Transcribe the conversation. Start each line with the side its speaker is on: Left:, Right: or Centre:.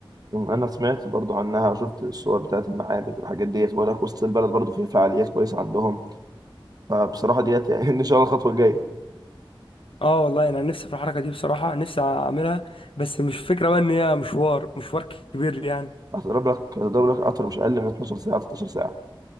Right: انا سمعت برضو عنها شفت الصور بتاعت المعابد والحاجات ديت ولا وسط البلد برضو في فعاليات كويسه عندهم فبصراحه ديت يعني <laughs> ان شاء الله الخطوه الجايه
Left: اه والله انا نفسي في الحركه دي بصراحه نفسي اعملها بس مش فكره بقى ان هي مشوار مشوار كبير يعني
Right: هتضرب لك هتضرب لك قطر مش اقل من 12 ساعه 13 ساعه